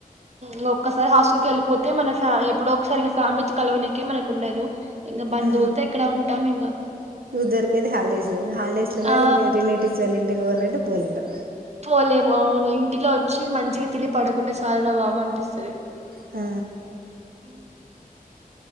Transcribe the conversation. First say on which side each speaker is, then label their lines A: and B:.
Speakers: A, on the right (about 45°); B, on the right (about 85°).
A: ఊ ఒక్కసారి హాస్టల్ కి ఎలిపోతే మన ఫ ఎప్పుడ ఒకసారి ఫ్యామిలీ కలవనీకి మనకు ఉండదు ఇంకా బంధువులతో
B: ఊ
A: ఎక్కడ ఉంటాం ఇంకా
B: ఉ దొరికేది హాలిడేస్ ఇంకా హాలిడేస్ ల గాని
A: ఆ
B: రిలేటివ్స్ వళ్ళ ఇం టికీ వోవాలంటే బోలేరు
A: పోలేము అవును ఇంటిలో వచ్చి మంచిగా తిలి పడుకుంటే సాల్ రా బాబు అనిపిస్తది
B: ఆ
A: ఉమ్